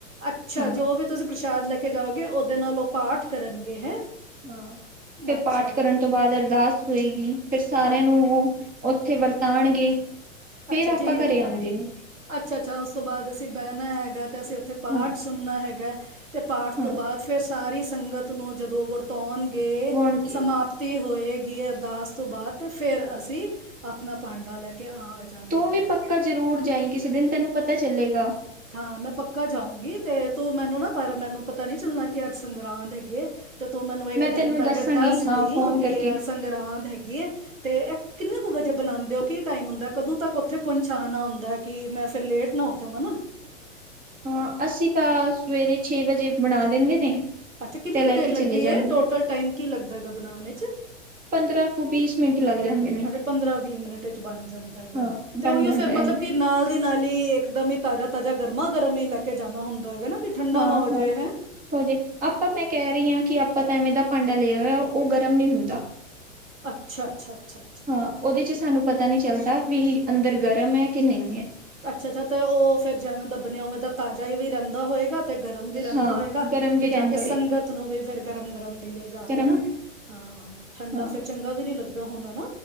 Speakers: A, on the right (about 85°); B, on the right (about 20°).
A: ਅੱਛਾ
B: ਹਾਂ।
A: ਜੋ ਵੀ ਤੁਸੀਂ ਪ੍ਰਸ਼ਾਦ ਲੈਕੇ ਜਾਓਗੇ ਓਦੇ ਨਾਲ ਪਾਠ ਕਰਨਗੇ ਹੈਂ
B: ਹਾਂ ਫਿਰ
A: ਅੱਛਾ
B: ਪਾਠ ਕਰਨ ਤੋਂ ਬਾਅਦ ਅਰਦਾਸ ਹੋਏਗੀ ਫਿਰ ਸਾਰਿਆਂ
A: ਅੱਛ-
B: ਨੂੰ ਉਹ ਉੱਥੇ ਵਰਤਾਣਗੇ ਫੇਰ
A: ਅੱਛਾ
B: ਆਪਾਂ
A: ਜਿਨ
B: ਘਰੇ ਆਂਦੇ ਨੇ
A: ਅੱਛਾ ਅੱਛਾ ਉਸ ਤੋਂ ਬਾਅਦ ਅਸੀਂ ਬਹਿਣਾ ਹੈਗਾ ਤੇ ਅਸੀਂ ਉੱਥੇ ਪਾਠ
B: ਹਾਂ
A: ਸੁਣਨਾ ਹੈਗਾ ਤੇ ਪਾਠ
B: ਹਾਂ
A: ਤੋਂ ਬਾਅਦ ਫੇਰ ਸਾਰੀ ਸੰਗਤ ਨੂੰ ਜਦੋਂ ਵਰਤਾਉਣ ਗੇ
B: ਪਵਾਉਣਗੇ
A: ਸਮਾਪਤੀ ਹੋਏਗੀ ਅਰਦਾਸ ਤੋਂ ਬਾਅਦ ਅਤੇ ਫਿਰ ਅਸੀਂ ਆਪਣਾ ਭਾਂਡਾ ਲੈ ਕੇ ਆ ਜਾਣਾ
B: ਤੂੰ
A: ਹੈਗਾ
B: ਵੀ ਪੱਕਾ ਜਰੂਰ ਜਾਈ ਕਿਸੇ ਦਿਨ ਤੈਨੂੰ ਪਤਾ ਚੱਲੇਗਾ
A: ਹਾਂ ਮੈਂ ਪੱਕਾ ਜਾਊਂਗੀ ਤੇ ਤੂੰ ਮੈਨੂੰ ਨਾ ਪਰ ਮੈਨੂੰ ਪਤਾ ਨੀ ਚੱਲਣਾ ਕਿ ਅੱਜ ਸੰਗਰਾਂਦ ਹੈਗੀ ਇਹ ਤੇ ਤੂੰ ਮੈਨੂੰ ਇੱਕ
B: ਮੈਂ ਤੈਨੂੰ
A: ਦਿਨ ਪਹਿਲੇ
B: ਦੱਸਾਂਗੀ
A: ਦੱਸਦੀ
B: ਹਾਂ ਫੋਨ
A: ਕਿ
B: ਕਰਕੇ
A: ਸੰਗਰਾਂਦ ਹੈਗੀ ਹੈ ਤੇ ਇਹ ਕਿੰਨੇ ਵਜੇ ਬਣਾਉਂਦੇ ਹੋ ਕੀ ਟਾਈਮ ਹੁੰਦਾ ਕਦੋਂ ਕਦੋ ਤੱਕ ਉੱਥੇ ਪਹੁੰਚਾਣਾ ਆਉਦਾ ਕਿ ਮੈਂ ਫਿਰ ਲੇਟ ਨਾ ਹੋ ਜਾਵਾਂ ਨਾ
B: ਹਾਂ ਅਸੀਂ ਤਾਂ ਸਵੇਰੇ ਛੇ ਵਜੇ ਬਣਾ ਦਿੰਦੇ ਨੇ
A: ਅੱਛਾ ਕਿੰਨੀ
B: ਤੇ
A: ਕੁ
B: ਲੈ
A: ਦੇਰ
B: ਕੇ
A: ਲੱਗਦੀ
B: ਚਲੇ ਜਾਂਦੇ
A: ਹੈ ਟੋਟਲ
B: ਨੇ
A: ਟਾਈਮ ਕੀ ਲੱਗਦਾ ਹੈਗਾ ਬਣਾਉਣ 'ਚ
B: ਪੰਦਰਾਂ ਕੁ ਵੀਸ ਮਿੰਟ ਲੱਗ ਜਾਂਦੇ
A: ਅੱਛਾ
B: ਨੇ
A: ਅੱਛਾ ਪੰਦਰਾਂ ਵੀਹ ਮਿੰਟ 'ਚ ਬਣ ਜਾਂਦਾ ਹੈਗਾ
B: ਹਾਂ
A: ਤੇ
B: ਬਣ
A: ਉਹੀ
B: ਜਾਂਦਾ
A: ਫੇਰ ਮਤਲਬ
B: ਐ
A: ਕਿ ਨਾਲ ਦੀ ਨਾਲ ਹੀ ਇੱਕਦਮ ਹੀ ਤ ਤਾਜਾ ਤਾਜਾ ਗਰਮਾ ਗਰਮ ਹੀ ਲੈ ਕੇ ਜਾਣਾ ਹੁੰਦਾ ਹੈਗਾ ਨਾ ਕਿ ਠੰਡਾ
B: ਹਾਂ
A: ਨਾ ਹੋ
B: ਹਾਂ
A: ਜਾਏ ਹੈਂ
B: ਹੋਜੇ ਆਪਾਂ ਮੈਂ ਕਹਿ ਰਹੀ ਹਾਂ ਕਿ ਆਪਾਂ ਤਾਂ ਐਵੇਂ ਦਾ ਭਾਂਡਾ ਲਿਆ ਹੋਇਆ ਉਹ ਗਰਮ ਨਹੀਂ ਹੁੰਦਾ
A: ਅੱਛਾ ਅੱਛਾ ਅੱਛਾ
B: ਹਾਂ ਉਹਦੇ 'ਚ ਸਾਨੂੰ ਪਤਾ ਨਹੀਂ ਚੱਲਦਾ ਵੀ ਅੰਦਰ ਗਰਮ ਹੈ ਕਿ ਨਹੀਂ ਹੈ
A: ਅੱਛਾ ਤੇ ਉਹ <unintelligible> ਤਾਜ਼ਾ ਹੀ ਵੀ ਰਹਿੰਦਾ ਹੋਏਗਾ ਤੇ ਗਰਮ ਵੀ ਰਹਿੰਦਾ
B: ਹਾਂ
A: ਹੋਏਗਾ
B: ਗਰਮ
A: ਕਿ
B: ਵੀ
A: ਜਾ
B: ਰਹਿੰਦਾ
A: ਕੇ ਸੰਗਤ
B: ਹੋਏ
A: ਨੂੰ ਵੀ ਫਿਰ ਗਰਮ ਗਰਮ ਮਿਲੇ ਜਾ
B: ਗਰਮ
A: ਕੇ ਨਾ ਹਾਂ ਠੰਡਾ
B: ਹਾਂ
A: ਫਿਰ ਚੰਗਾ ਵੀ ਨਹੀਂ ਲੱਗਦਾ ਹੁਨਾ ਹਨਾ